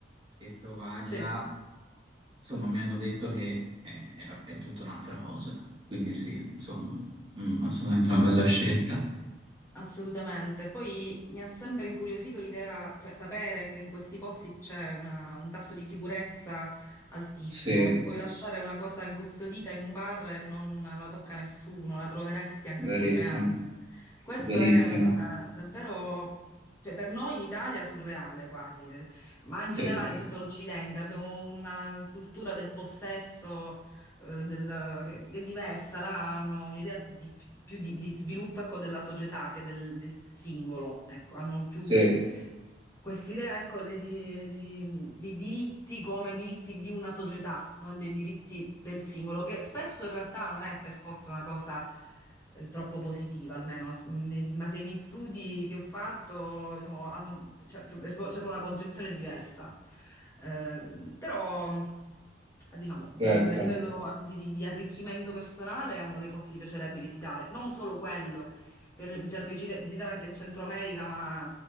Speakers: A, on the right (about 30°); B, on the left (about 15°).
A: e provarla
B: Sì.
A: Insomma, mi hanno detto che è, è- è tutta un'altra cosa. Quindi sì, insomma, mm, assolutamente una bella scelta.
B: Assolutamente. Poi mi ha sempre incuriosito l'idea, cioè sapere che in questi posti c'è una- un tasso di sicurezza altissimo,
A: Sì,
B: che puoi lasciare una cosa incustodita in un bar e non la tocca nessuno, la troveresti anche
A: verissimo,
B: dopo tre anni. Questo
A: verissimo.
B: è una cosa davvero, cioè per noi in Italia surreale quasi, ma
A: Sì,
B: in generale
A: sì,
B: in tutto l'Occidente abbiamo una cultura del possesso eh, del- che, che è diversa, là hanno un'idea di- più di, di sviluppo, ecco, della società che del, del singolo, ecco, hanno più
A: sì,
B: Quest'idea, ecco, di, di- di- di diritti come diritti di una società, non dei diritti del singolo, che spesso in realtà non è per forza una cosa eh, troppo positiva, almeno, s- ne- ma se i miei studi che ho fatto, diciamo, hanno, cioè, c'è c'è proprio c'è proprio una concezione diversa. Eh, però, eh, diciamo, mh,
A: certo.
B: a livello ah, così, di, di arricchimento personale è uno dei posti che mi piacerebbe visitare, non solo quello. per- mi piacerebbe visita- visitare anche il Centro America, ma